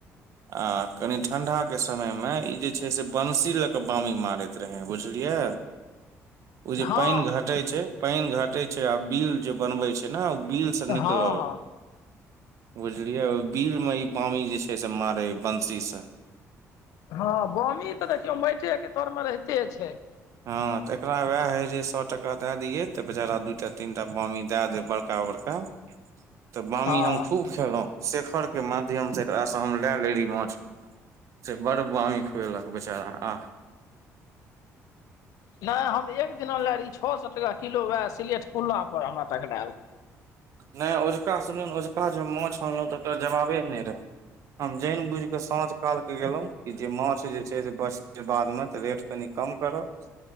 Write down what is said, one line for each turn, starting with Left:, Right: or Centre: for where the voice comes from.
Right: आ कनि ठंडा के समय मे ई जे छै से बंसी लय के वामी मारे रह बुझलियै ओ जे
Left: हँ
Right: पानि घटै छै पानि घटै छै आ बिल जे बनबै छै ने ओ बिल से निकलल
Left: हँ हँ
Right: बुझलियै ओय बील मऽ वामी जे छै मारै ओय बंशीसँ
Left: हँ बामी तऽ देखियौ माटे के तर मे रहिते छै
Right: हँ तऽ एकरा उएह होइ जे सए टाका दए दियै तऽ बेचारा दूटा तीन टा बामी दए दे बड़का बड़का तऽ वामी
Left: हँ
Right: हम खूब खेलहुं शेखर के माध्यम से एकरासँ हम लए ले रही माछ से बड़ बाम खुएलक बेचारा आह
Left: नहि हम एक दिना लए रही छओ सए टाका किलो वएह सिलेट पुल्ला पर हमरा टकराल
Right: नहि अजुका सुन अजुका जे माछ अनलहुँ तऽ ओरा जमाबे नहि रहय हम जन बुझ के साँझ काल के गेलों जे माछ जे छै से बचल बाद मे रेट कनि कम करत